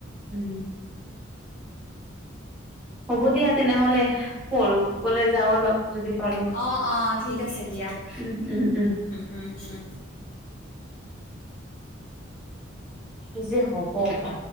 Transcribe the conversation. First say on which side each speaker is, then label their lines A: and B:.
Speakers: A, in the centre; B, on the left.
A: উম হ'ব দিয়া তেনেহলে প়বলৈ যাও অলপ যদি পাৰো উ
B: অ', অ', ঠিক আছে দিয়া
A: উম উম উম
B: উম, উম।
A: কি যে হব পা